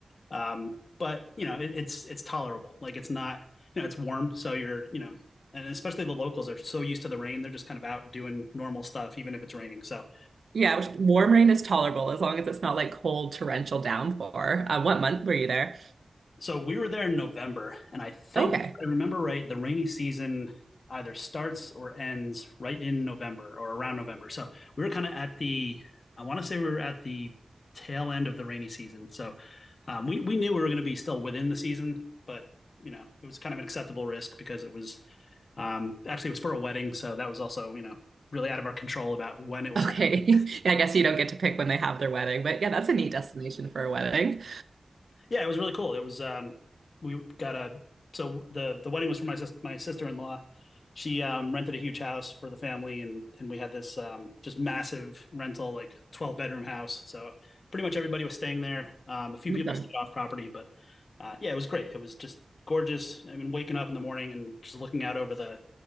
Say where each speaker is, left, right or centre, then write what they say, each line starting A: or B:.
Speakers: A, on the left (about 60°); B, on the right (about 75°).
A: Um, but you know, it, it's it's tolerable. Like it's not, you know, it's warm, so you're, you know, and especially the locals are so used to the rain, they're just kind of out doing normal stuff, even if it's raining. So,
B: Yeah, which- warm rain is tolerable as long as it's not like cold torrential downpour. Uh, what month were you there?
A: So we were there in November, and I think
B: Okay.
A: if I remember right, the rainy season either starts or ends right in November or around November. So we were kind of at the, I want to say we were at the tail end of the rainy season. So um, we we knew we were going to be still within the season, but you know it was kind of an acceptable risk because it was um, actually it was for a wedding, so that was also you know really out of our control about when it was
B: Okay.
A: happening.
B: <laughs> Yeah, I guess you don't get to pick when they have their wedding, but yeah, that's a neat destination for a wedding.
A: Yeah, it was really cool. It was um we got a so the the wedding was for my sis my sister-in-law. She um rented a huge house for the family and and we had this um just massive rental like 12 bedroom house. So pretty much everybody was staying there. Um a few
B: Awesome.
A: people stayed off property, but uh yeah, it was great. It was just gorgeous. I mean waking up in the morning and just looking out over the